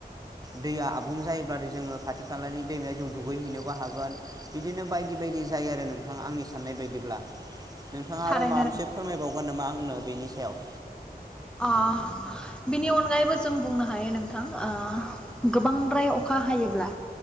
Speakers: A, on the right; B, in the centre.
A: दैया आबुं जायोब्लाथाय जोङो खाथि खालानि दैमायाव जों दुगैहैनोबो हागोन बिदिनो बायदि बायदि जायो आरो नोंथां आंनि साननाय बायदिब्ला। नोंथाङा
B: थारैनो
A: आरो माबा मोनसे फोरमायबावगोन नामा आं बुनो बेनि सायाव
B: ओ बिनि अनगायैबो जों बुंनो हायो नोंथां ओ गोबांद्राय अखा हायोब्ला